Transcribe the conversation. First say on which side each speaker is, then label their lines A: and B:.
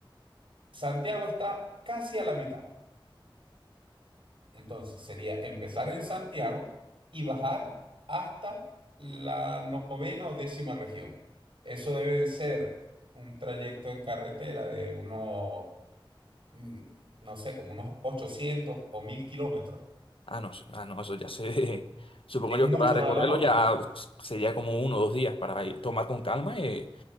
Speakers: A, on the right; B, on the left.
A: Santiago está casi a la mitad. Entonces sería empezar en Santiago y bajar hasta la novena o décima región. Eso deben ser un trayecto en carretera de unos, mm, no sé, como unos 800 o 1000 kilómetros.
B: Ah, no, ah, no, eso ya se... <laughs> Supongo
A: ¿Es
B: yo
A: mucho
B: que para recorrerlo
A: para la moto?
B: ya pf, sería como uno o dos días para ir- tomar con calma eh,